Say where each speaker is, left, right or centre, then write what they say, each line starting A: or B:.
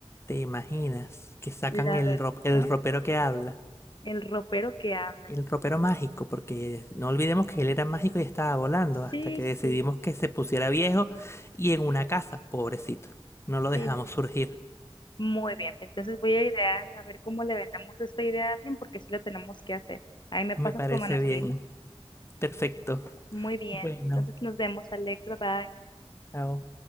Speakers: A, on the left (about 25°); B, on the left (about 45°).
A: ¿Te imaginas que sacan
B: La
A: el,
B: verdad,
A: ro- el ropero que habla?
B: el ropero que habla.
A: El ropero mágico, porque no olvidemos que él era mágico y estaba volando
B: Sí,
A: hasta que decidimos
B: sí,
A: que se pusiera viejo y en una casa, pobrecito. No lo
B: sí,
A: dejamos
B: sí.
A: surgir.
B: Muy bien. Entonces voy a idear a ver cómo le vendemos esta idea a alguien porque sí lo tenemos que hacer. Ahí me
A: Me
B: pasas
A: parece
B: tu manuscrito.
A: bien. Perfecto.
B: Muy bien.
A: Bueno,
B: Entonces nos vemos, Alex. Bye bye.
A: chao.